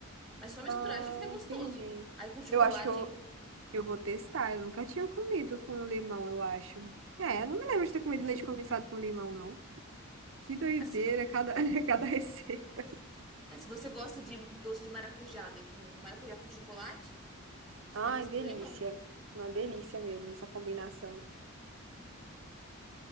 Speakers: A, in the centre; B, on the right.
A: Mas só misturar
B: Ah,
A: já fica gostoso.
B: entendi.
A: Aí com chocolate,
B: Eu acho que eu,
A: hein?
B: eu vou testar. Eu nunca tinha comido com limão, eu acho. É, não me lembro de ter comido leite condensado com limão, não. Que doideira,
A: Assim,
B: cada, <laughs> cada receita.
A: é, se você gosta de doce de maracujá, né? Com, o maracujá com chocolate, acho que você
B: Ai,
A: vai gostar
B: delícia.
A: do limão.
B: Uma delícia mesmo essa combinação.